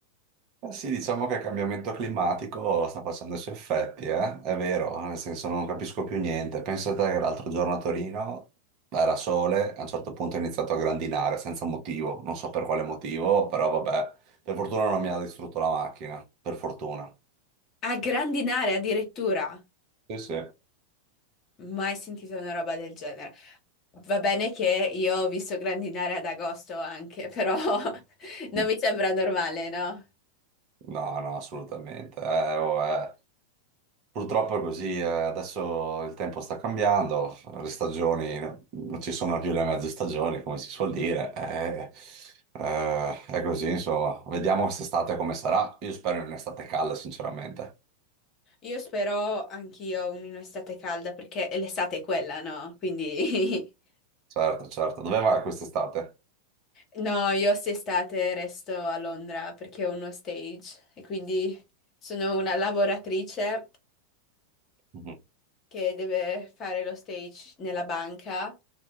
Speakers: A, on the right; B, on the left.
A: Eh sì, diciamo che il cambiamento climatico sta facendo i suoi effetti, eh? È vero, nel senso non capisco più niente. Pensate che l'altro giorno a Torino era sole, a un certo punto è iniziato a grandinare senza motivo, non so per quale motivo, però vabbè, per fortuna non mi ha distrutto la macchina, per fortuna.
B: A grandinare addirittura.
A: Sì, sì.
B: Mai sentito una roba del genere. Va bene che io ho visto grandinare ad agosto anche, però <laughs> non
A: <laughs>
B: mi sembra normale, no?
A: No, no, assolutamente. Eh, oh, eh. Purtroppo è così, eh, adesso il tempo sta cambiando, le stagioni non ci sono più le mezze stagioni, come si suol dire, eh, eh, è così, insomma, vediamo quest'estate come sarà, io spero in un'estate calda, sinceramente,
B: Io spero anch'io un'estate calda perché l'estate è quella, no? Quindi <laughs>
A: certo, certo, dove vai quest'estate?
B: No, io quest'estate resto a Londra perché ho uno stage e quindi sono una lavoratrice
A: Mhm.
B: che deve fare lo stage nella banca.